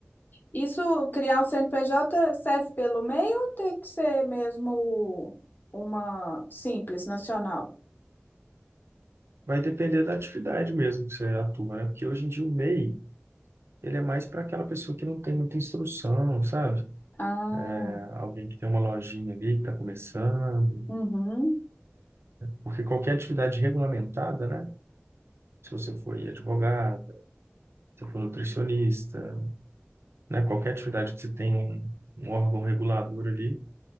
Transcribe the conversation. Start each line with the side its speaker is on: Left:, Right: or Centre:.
Left: isso, criar um CNPJ serve pelo MEI ou tem que ser mesmo uma simples nacional?
Right: Vai depender da atividade mesmo que você atua, né? Porque hoje em dia o MEI, ele é mais para aquela pessoa que não tem muita instrução, sabe?
Left: Ah,
Right: É alguém que tem uma lojinha ali, que está começando,
Left: uhum.
Right: porque qualquer atividade regulamentada, né? Se você for advogada, se você for nutricionista, né? Qualquer atividade que você tem um, um órgão regulador ali,